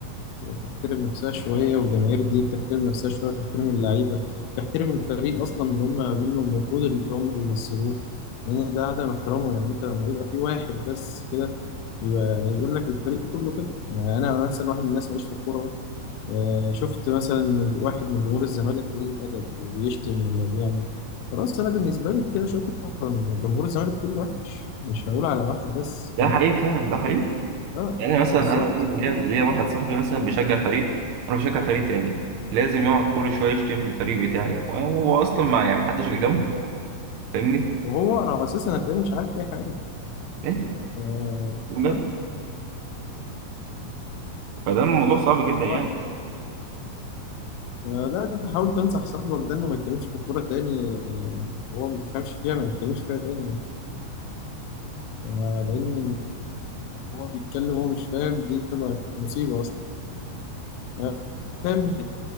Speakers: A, on the left; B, on the right.
A: ت- تحترم نفسها شوية والجماهير دي تحترم نفسها شوية تحترم اللعيبة تحترم الفريق أصلا اللي هم منه المفروض اللي هم بيمثلوه لأن ده عدم احترامه يعني أنت لما يبقى في واحد بس كده يبقى يقول لك الفريق كله كده يعني أنا مثلا واحد من الناس ماليش في الكورة آه، شفت مثلا واحد من جمهور الزمالك قليل الادب وبيشتم ولا بيعمل خلاص انا بالنسبه لي كده شكرا جمهور الزمالك كله وحش مش هقول على واحد بس
B: ده
A: فاهم
B: حقيقي فعلا ده حقيقي
A: اه
B: يعني مثلا
A: بالظبط
B: انا إيه،
A: ف-
B: ليا ليا واحد صاحبي مثلا بيشجع فريق انا بشجع فريق تاني لازم يقعد كل شويه يشتم في الفريق بتاعي وهو اصلا ما يعني محدش جه جنبه فاهمني
A: وهو را- اساسا هتلاقيه مش عارف اي حاجه
B: ليه؟
A: ف- اه
B: بجد
A: آه،
B: فده الموضوع صعب جدا
A: هو-
B: يعني
A: لا انت حاول تنصح صاحبك ده انه ما يتكلمش في الكوره تاني آه، وهو ما بيفهمش فيها ما يتكلمش فيها تاني آه، لان آه، هو بيتكلم وهو مش فاهم دي تبقى مصيبه اصلا آه، فاهم